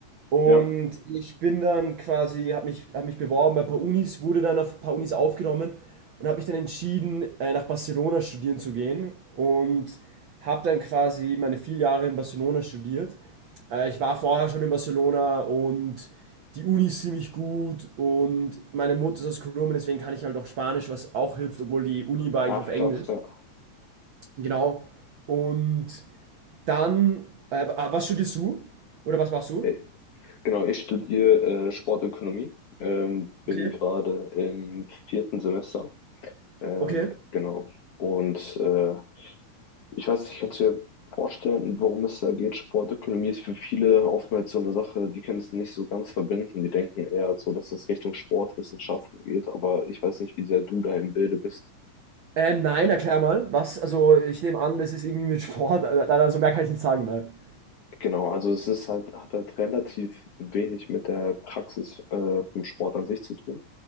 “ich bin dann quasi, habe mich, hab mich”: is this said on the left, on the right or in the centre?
Right